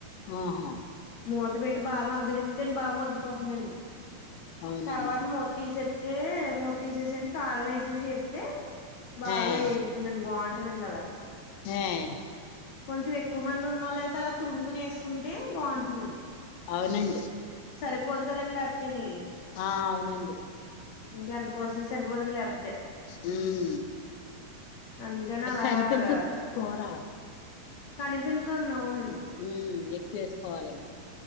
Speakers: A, on the left (about 90°); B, on the left (about 75°).
A: ఆహా
B: మూత పెట్టి బాగా మగ్గనితే అను బాగా మాగ్గిపోతుందండి
A: అవునండి
B: తర్వాత మూత తీసప్తే మూత తీసేసాని కారం వేసేసి చెప్తే బాగా
A: ఏయ్
B: ఎగుతుందండి బాగుంటదండి అలాగా
A: ఏయ్
B: కొంచెం ఎక్కువ మంది ఉన్నళ్ళు అయితే అలా తురుముకునే వేసుకుంటే బాగుంటుందండి
A: అవునండి
B: సరిపోదు కదండి లేకపోతే ని
A: ఆ అవునండి
B: ఇంకెంత కోసమ సరిపోదని లేకపోతే
A: హుమ్మ్
B: అందుకని అలాగా
A: కనిపించదు కూర
B: కనిపించన్నా అవునడి
A: హ్లఎక్కువ వేసుకోవాలమో